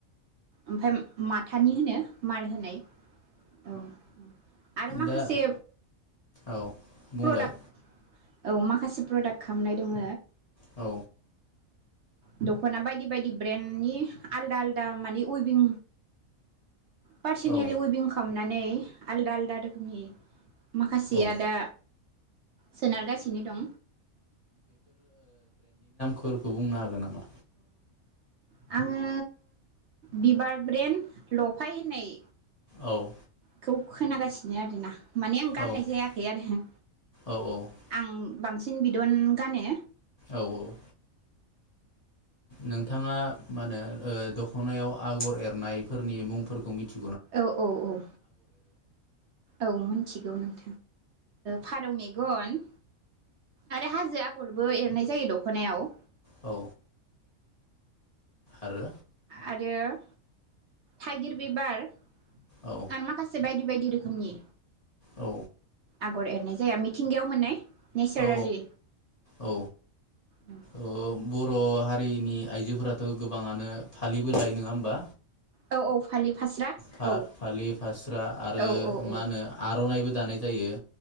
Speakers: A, on the right; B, on the left.
A: ओमफ्राय माथानि होनो मार होनाय औ आरो माखासे
B: दा औ बुंलाय
A: प्रडाक्ट औ माखासे प्रडाक्ट खालामनाय दंङ
B: औ
A: दखना बायदि बायदि ब्रेन्ड नि आलदा आलदा मानि उइबिं पार्सनेलि
B: औ
A: उइबिं खालाम नानै आलदा आलदा रोखोमनि माखासेया
B: औ
A: दा सोनारगासिनो दं
B: खौ बुंनो हागोन नामा?
A: अ आङो बिबार ब्रेन लफाय होननाय
B: औ
A: बेखौ खोनागासिनो आरोना माने आं गाननाय
B: औ
A: जायाखै आरो
B: औ
A: आं बांसिन बिदन गानो
B: औ औ नोंथाङा मा होनो दख'नायाव आगर एरनायफोरनि मुंफोरखौ मिथि
A: औ औ औ औ मिथिगौ नों फारौ मेगन आरो हाजो आगरबो एरनाय जायो दखनायाव
B: औ आरो
A: आरो थाइगिर बिबार आरो
B: औ
A: माखासे बायदि बायदि बायदि रोखोमनि
B: औ
A: आगर एरनाय जाया मिथिंगायाव मोननाय नेचारेलि
B: औ औ
A: उम
B: औ बर' हारिनि आइजोफोराथ' गोबाङानो फालिबो लायो नङा होमबा
A: औ औ फालि फास्रा
B: फालि
A: औ
B: फास्रा आरो
A: औ औ औ
B: मा होनो आर'नाइबो दानाय जायो।